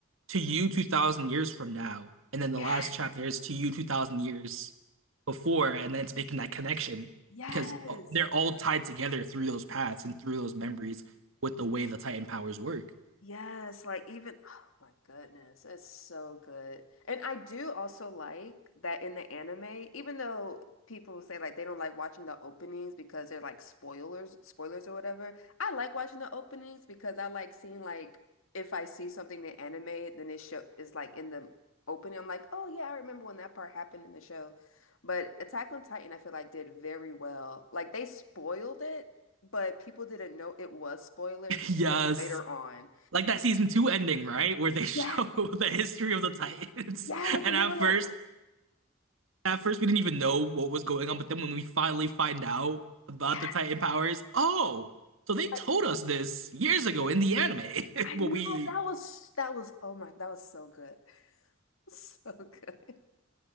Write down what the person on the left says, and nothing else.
Yes,
yes.
Yes, like even oh my goodness, it's so good. And I do also like that in the anime, even though people say like they don't like watching the openings because they're like spoilers, spoilers or whatever. I like watching the openings because I like seeing like if I see something in anime, then it show is like in the opening. I'm like, oh yeah, I remember when that part happened in the show. But Attack on Titan, I feel like did very well. Like they spoiled it, but people didn't know it was spoilers
until
later on.
Yes.
Yes.
And
they were
like,
yeah,
like,
I
know
that was that was oh my that was so good. <laughs> So good.